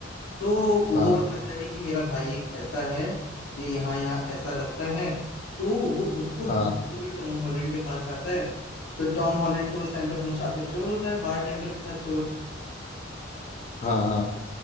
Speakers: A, on the left; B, on the left.
A: तो
B: हाँ
A: वो बताता है कि मेरा भाई एक ऐसा है ये यहाँ यहाँ ऐसा लगता है तो वो उसको
B: हाँ
A: ढूंढते हुए टॉम हॉलैंड के पास आता है तो टॉम हॉलैंड तो उस टाइम पे अपना शातिर चोर होता है बारटेंडर के साथ चोर
B: हाँ हाँ